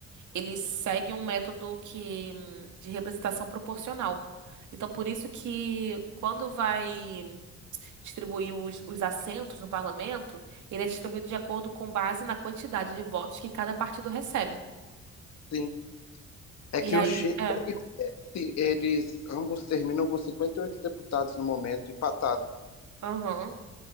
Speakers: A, on the right; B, on the left.
A: ele segue um método que, hum, de representação proporcional. Então, por isso que quando vai distribuir os, os assentos no parlamento, ele é distribuído de acordo com base na quantidade de votos que cada partido recebe.
B: Sim. É
A: E
B: que
A: aí,
B: o Chega,
A: é,
B: e o- eles ambos terminam com 58 deputados no momento, empatado.
A: aham.